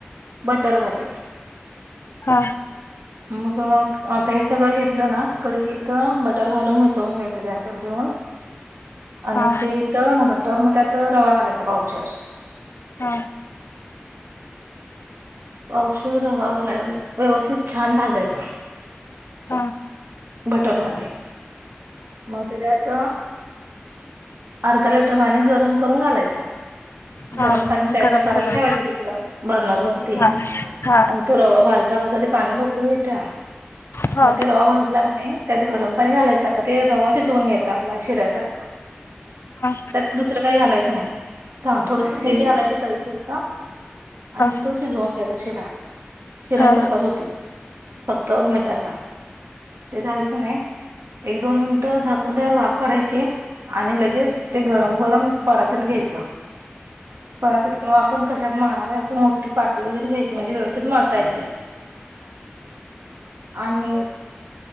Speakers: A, on the right; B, on the left.
A: बर घाला
B: हा हा
A: म आ सगळं घेतलं ना कडी इथ बटर घालून वितवून घ्यायचं गॅसवर ठेऊन आणि
B: हा
A: ते इथं ना भटवर म्ह आता रवा घालायचा पावच्यावर
B: हा
A: पावशी हवा घाला व्यवस्थित छान भाजायचा
B: हा
A: बटर म मग त्याच्यात अर्धा लिटर पाणी गरम करून घालायचं
B: हा
A: गरम पाणी साईडला
B: गरम
A: करायला
B: करून
A: ठेवायचं दुसरा बर्नर वरती
B: हा हा
A: आणि तो रवा भाजता भाजता ते पाण्या लोककर येत्या
B: हा
A: मध्ये
B: हा
A: ते रवा भाजला का नाही त्यात गरम पाणी घालायचं ते रवा शिजवून घ्यायचा आपला शिऱ्यासारखा
B: हा हा
A: त्यात दुसरं काही घालायचं नाही थोडस म घालायचंच हवी शिरता
B: हा
A: आणि
B: हा
A: तो शिजवून घ्यायचा शिरा शिऱ्यासारखाच
B: हा हा
A: होत फक्त मिठाचा ते झालं की नाही एक दोन मिनिटं झाकून त्यावर वाफ काढायची आणि लगेच ते गरम गरम परातीत घ्यायचं परातीत कि्हा आपण कशात मारणार आहे असे मोठी पाट वगर घ्यायची म्हणजे व्यवस्थित मा य ते आणि